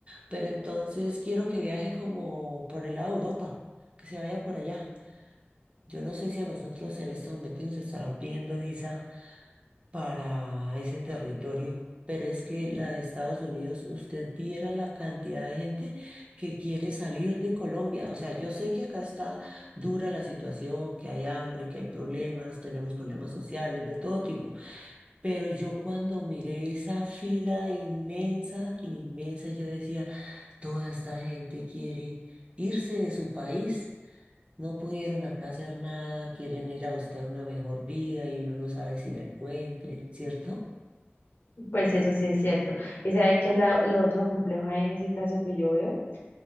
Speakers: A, on the right (about 30°); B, on the left (about 55°).
A: Pero entonces quiero que viaje como por el lado de Europa, que se vaya por allá. Yo no sé si a nosotros en este momento nos estarán pidiendo visa para ese territorio. Pero es que la de Estados Unidos, usted viera la cantidad de gente que quiere salir de Colombia. O sea, yo sé que acá está dura la situación, que hay hambre, que hay problemas, tenemos problemas sociales de todo tipo. Pero yo cuando miré esa fila inmensa, inmensa, yo decía, toda esta gente quiere irse de su país. No pudieron acá hacer nada, quieren ir a buscar una mejor vida y uno no sabe si la encuentren, ¿cierto?
B: pues eso sí es cierto. ¿Y sabe qué es la- lo otro complejo ahí en ese caso que yo veo?